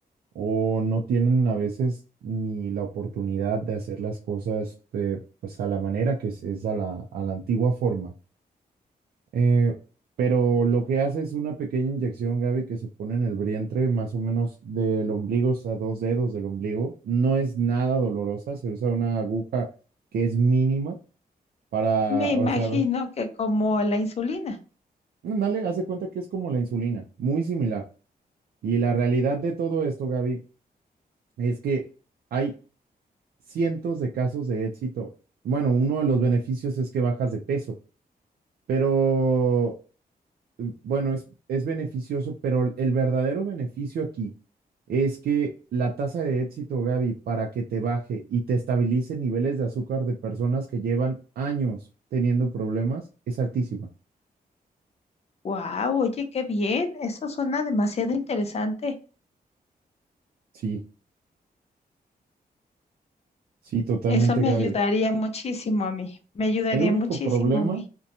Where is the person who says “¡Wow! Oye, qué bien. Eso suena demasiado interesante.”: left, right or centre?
Left